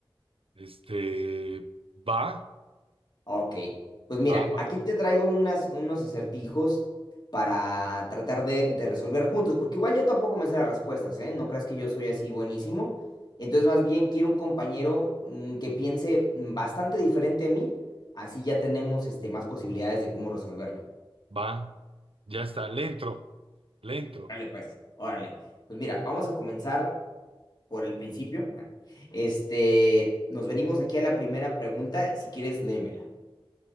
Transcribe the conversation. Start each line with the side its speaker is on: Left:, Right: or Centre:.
Right: este, va,
Left: Ok, pues mira,
Right: va, va,
Left: aquí te traigo unas, unos acertijos para tratar de, de resolver juntos, porque igual yo tampoco me sé las respuestas, ¿eh? No creas que yo soy así buenísimo. Entonces, más bien quiero un compañero mm, que piense mm, bastante diferente a mí, así ya tenemos este, más posibilidades de cómo resolverlo.
Right: va, ya está, le entro, le entro,
Left: Órale, pues, órale. Pues mira, vamos a comenzar por el principio. <laughs> Este, nos venimos aquí a la primera pregunta, si quieres, léemela.